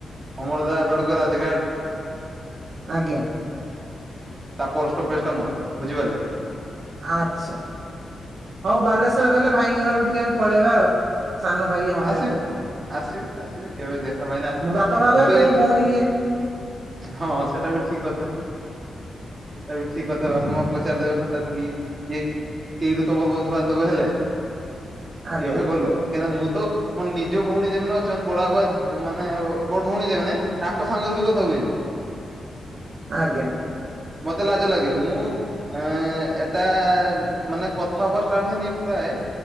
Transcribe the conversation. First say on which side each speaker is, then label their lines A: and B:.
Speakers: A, on the right (about 30°); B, on the right (about 60°).
A: ଅମରଦା ଏପଟକୁ ରାଜ୍‌ଘାଟ୍।
B: ଆଜ୍ଞା।
A: ତା ପୋର ଷ୍ଟପେଜ୍ ଟା ମୋର ବୁଝିପାରିଲେ?
B: ଆଚ୍ଛା ହଉ ବାଲେଶ୍ଵର ରହିଲେ ଭାଇଙ୍କ ଘରକୁ ଟିକେ ଆମେ ପଳେଇବା ଆଉ। ସାନ ଭାଇ
A: ହଁ
B: ଆମର
A: ଆସିବେ
B: ଏବେ।
A: ଆସିବେ ଆସିବେ କେବେ ଦେଖା ପାଇନେ ଆସି
B: ବାପା ମା କହିବେ
A: ମୁଁ ତ
B: କୋଉ
A: ଏଇ
B: ଭଉଣୀ ଇଏ
A: ହଁ ସେଟା ବି ଠିକ୍ କଥା। ତା ବି ଠିକ୍ କଥା ବାପା, ମା ପଚାରି ଦେବେ ହଟାତ୍ କି ଇଏ କେଉଠୁ ତମର ବନ୍ଧୁବାନ୍ଧବ ହେଲେ
B: ଆଜ୍ଞା
A: କେବେ କଲ କାଇଁ ନା ମୁଁ ତ ମୋ ନିଜ ଭଉଣୀ ଯେମାନେ ଅଛନ୍ ବଡ ବାପା ଯା ମାନେ ବଡ୍ ଭଉଣୀ ଯେମାନେ ତାଙ୍କ ସାଙ୍ଗରେ ବି କ ଥା ହୁଏନି
B: ଆଜ୍ଞା
A: ମତେ ଲାଜ ଲାଗେ ମୁଁ ଆଁ ଏଟା ମାନେ କଥା ହବା ଷ୍ଟାଟ୍ ହେନି ପ୍ରାଏ